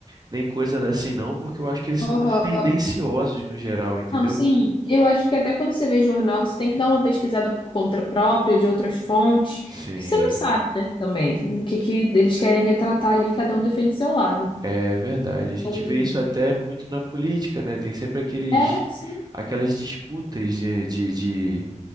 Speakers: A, on the right; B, on the left.
A: nem coisa assim não, porque eu acho que eles são
B: Aham.
A: muito tendenciosos no geral, entendeu?
B: Não, sim. Eu acho que até quando você vê jornal, você tem que dar uma pesquisada por conta própria, de outras fontes,
A: Sim.
B: que você não sabe, né, também, o que que eles querem retratar ali, cada um defende seu lado.
A: É verdade. A gente
B: E-
A: vê isso até muito na política, né? Tem sempre aqueles,
B: É, sim,
A: aquelas disputas de, de, de,